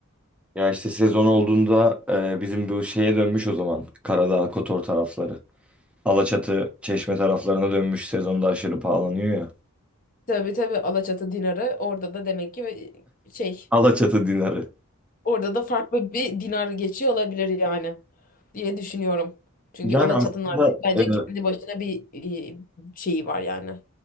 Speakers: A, in the centre; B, on the left.
A: Ya işte sezon olduğunda e, bizim bu şeye dönmüş o zaman. Karadağ, Kotor tarafları. Alaçatı, Çeşme taraflarına dönmüş sezonda aşırı pahalanıyor ya.
B: Tabii tabii Alaçatı dinarı orada da demek ki e, şey
A: Alaçatı dinarı.
B: orada da farklı bir dinar geçiyor olabilir yani diye düşünüyorum. Çünkü
A: Yani
B: Alaçatı'nın
A: aslında
B: artık bence
A: evet.
B: kendi başına bir e, şeyi var yani